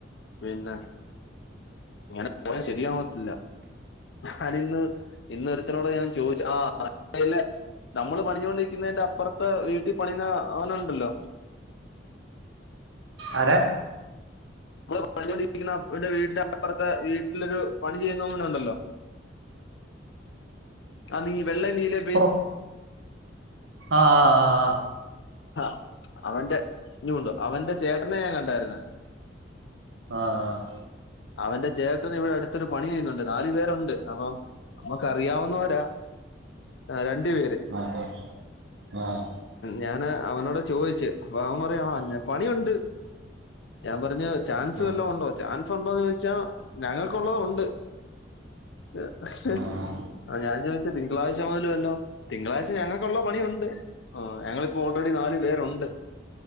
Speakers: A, on the left; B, on the right.
A: പിന്നെ ഇങ്ങനെ പോയ ശരിയാവത്തില്ല ഞാനിന്ന് ഇന്നൊരുത്തനോട് ഞാൻ ചോദിച്ചു ആഹ് <unintelligible> ല്ലെ നമ്മള് പണിഞ്ഞൊണ്ടിരിക്കുന്നെന്റെ അപ്പറത്ത് വീട്ടിൽ പണിയുന്ന അവനുണ്ടല്ലോ
B: ആരെ
A: നമ്മള് പണിഞ്ഞൊണ്ടിരിക്കണ വീടിന്റെ അപ്പറത്തെ വീട്ടിലൊരു പണി ചെയ്യുന്നവനുണ്ടല്ലോ
B: <inaudible>
A: ആഹ് നീ വെള്ളെ നീലെ
B: അ ആഹ് ആഹ് അ
A: ആഹ് അവന്റെ ഇനുണ്ടു അവന്റെ ചേട്ടനെ ഞാൻ കണ്ടായിര്ന്ന്
B: അ ആഹ്
A: അവന്റെ ചേട്ടന് ഇവിടെ അടുത്തൊരു പണി ചെയ്യുന്നുണ്ട്. നാലു പേരുണ്ട്. അപ്പം നമ്മുക്കറിയാവുന്നവരാ രണ്ടു പേര്
B: അ ആഹ് ആഹ്
A: ഞാന് അവനോട് ചോയിച്ച്. അപ്പ അവൻ പറയാൻ പണിയുണ്ട്. ഞാൻ പറഞ്ഞ് ചാൻസ്
B: ആഹ്
A: വല്ലോം ഉണ്ടോ ചാൻസ് ഉണ്ടോന്ന്. ചോദിച്ചാ ഞങ്ങൾക്കുള്ളത് ഉണ്ട്. <unintelligible>
B: ആഹ്
A: ആഹ് ഞാൻ ചോദിച്ച് തിങ്കളാഴ്ച മുതല് വല്ലോ തിങ്കളാഴ്ച ഞങ്ങൾക്കുള്ള പണിയുണ്ട്. ആന് ഞങ്ങളിപ്പോ ഓൾറെഡി നാല് പേരുണ്ട്.